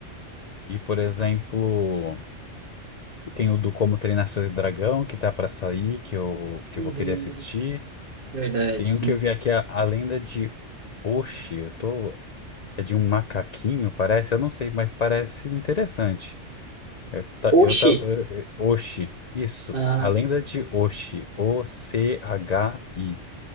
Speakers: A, on the left (about 55°); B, on the right (about 45°).
A: e, por exemplo. Tem o do Como Treinar Seu Dragão, que tá pra sair, que eu, que
B: Uhum.
A: eu vou querer assistir.
B: Verdade.
A: Tem
B: sim.
A: um que eu vi aqui, a, a Lenda de Oshi. Eu tô, é de um macaquinho, parece. Eu não sei, mas parece interessante. É, tá-
B: Oxi!
A: eu tá, é, é, Oshi, isso.
B: Ah,
A: A Lenda de Oshi. O-C-H-I.